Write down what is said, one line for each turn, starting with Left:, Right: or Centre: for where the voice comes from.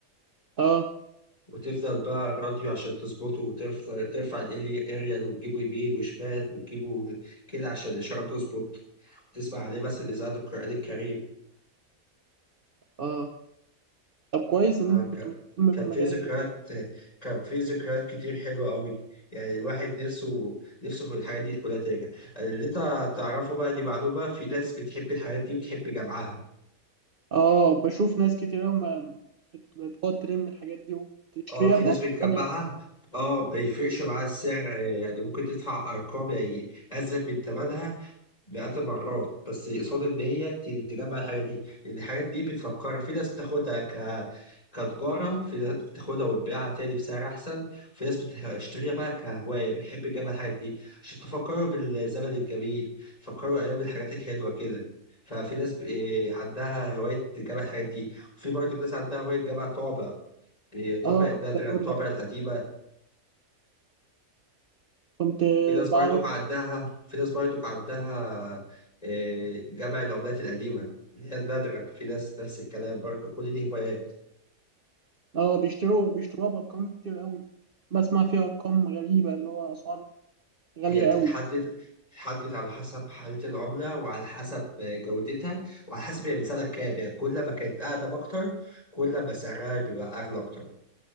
Right: اه
Left: وتفضل بقى الراديو عشان تظبطه وترفع ترفع الاريال وتجيبه يمين وشمال وتجيبه كده عشان الاشاره تظبط تسمع عليه مثلا اذاعه القران الكريم
Right: اه طب كويس
Left: آه،
Right: ان انت
Left: ك-
Right: كنت مهتم
Left: كان
Right: بالمجالات
Left: في ذكريات
Right: دي
Left: كان في ذكريات كتير حلوة قوي يعني الواحد نفسه نفسه في الحاجات دي كلها ترجع اللي انت تعرفه بقى دي معلومة في ناس بتحب الحاجات دي وبتحب جمعها
Right: اه بشوف ناس كتير قوي ما بت- بتقعد ترم الحاجات دي وتشتريها
Left: اه في
Right: باسعار
Left: ناس بتجمعها
Right: غاليه
Left: اه ما يفرقش معاها السعر آه، يعني ممكن تدفع ارقام يعني ازيد من ثمنها مئات المرات بس قصاد ان هي ت- تجمع الحاجه دي لان الحاجات دي بتفكر في ناس بتاخدها ك كتجاره في ناس بتاخدها وتبيعها تاني بسعر احسن في ناس بتشتريها بقى كهوايه بيحب يجمع الحاجات دي عشان تفكروا بالزمن الجميل تفكروا ايام الحاجات الحلوه كده ففي ناس ب- إيه، عندها هوايه تجمع الحاجات دي وفي برضه ناس عندها هوايه تجمع طابع بطابع
Right: اه
Left: النادرة
Right: كنت اقول
Left: الطابع
Right: لك
Left: القديمة
Right: كنت
Left: في ناس
Right: بعرف
Left: برضك عندها في ناس برضك عندها آه، جمع العملات القديمة اللي هي النادرة في ناس نفس الكلام برضه كل دي هوايات
Right: اه بيشتروا بيشتروها بارقام كتير قوي بسمع فيها ارقام غريبه اللي هو اسعار غاليه
Left: هي بتتحدد
Right: قوي
Left: بتتحدد على حسب حالة العملة وعلى حسب آه، جودتها وعلى حسب هي من سنة كام يعني كل ما كانت أقدم أكتر كل ما سعرها بيبقى أغلى أكتر